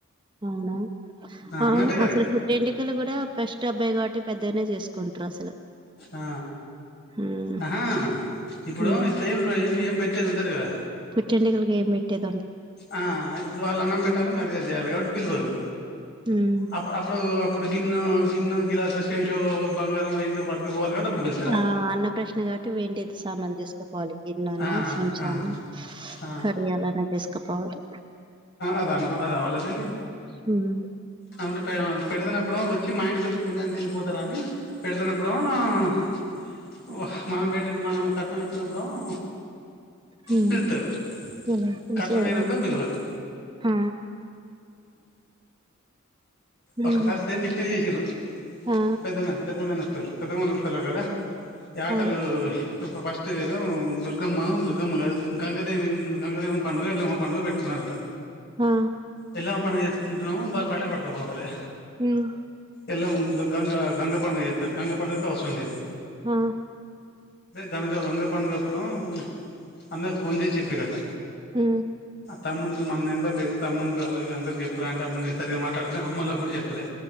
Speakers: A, on the right; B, on the left.
A: అవునా
B: ఆ
A: అవును
B: అన్నట్టే కదా
A: అసలు
B: ఇగ
A: పుట్టు వెంటుకలు కూడా ఫస్ట్ అబ్బాయి కాబట్టి అంటే పెద్దగనే చేసుకుంటరు అసలు
B: ఆ
A: హ్మ్.
B: ఆహా ఇప్పుడు
A: హ్మ్.
B: ఇప్పుడు ఏం ఏం పెట్టేది ఉండదు కదా
A: చెండలుగ మెట్టది <unintelligible>
B: ఆ ఇప్పుడు వాళ్ళు అన్నం పెట్టాలి మర్యాద చేయాలి కాబట్టి పిలవరు
A: హ్మ్.
B: అప్పుడు అప్పుడు ఇప్పుడు గిన్నె గిన్నె గిలాస శేంషో బంగారం ఏందో పట్టకపోవాలి కాబట్టి అప్పుడు వెళ్తారా
A: ఆ అన్న ప్రశ్న కాబట్టి వెండిది సామాను తీసుకపోవాలి గిన్నన్నా
B: ఆ
A: చంచాఅన్నా
B: ఆ ఆ
A: కడియాలన్నా తీసుకపోవాలి
B: అదాను అదావాలా తెలివి
A: హ్మ్.
B: అవును పెడుతునప్పుడు వచ్చి మా ఇంటికి వచ్చి పుణ్యాన్నికి తినిపోతారా అని పెడుతున్నప్పుడు ఏమో మనం పెట్టె మనం కట్నం ఇతున్నప్పుడు ఏమో
A: హ్మ్.
B: పిలతారు
A: ఇలా పిలిచేది.
B: కట్నం మీయనప్పుడు పిలవరు
A: ఆ హ్మ్.
B: ఒకసారి సేమ్ ఇట్నే చేసిరు
A: ఆ!
B: పెద్ద మ పెద్ద పెమ నత్తలు పెదమనత్తలు కూడా ఈ ఆటలు
A: అదే.
B: ఫస్ట్ ఏదో దుర్ దుర్గమ్మ దుర్గమ్మ గ గంగదేవి గంగదేవం పండుగ ఎలమ్మ పండుగ పెట్టుకున్నారట
A: ఆ!
B: ఎల్లమ్మ పండుగ చేసుకుంటేనేమో బట్టలు పట్టుకపోవాలి
A: హ్మ్.
B: ఎలా ఉ గంగ గంగ పండుగ చేతారు గంగ పండుగ కి అవసరం లేదు
A: ఆ
B: కనుక గంగ పండుగ అప్పుడేమో అన్నకు ఫోన్ చేసి చెప్పిరట
A: హ
B: తమ్ముని కి మన నెంబర్ లేదు తమ్ముని కి వాళ్ళకి అందరికి చెప్పురా అంటే అప్పుడు నేను సరిగ్గా మాట్లాడతలేదు అమ్మోల కి కూడా చెప్పు లే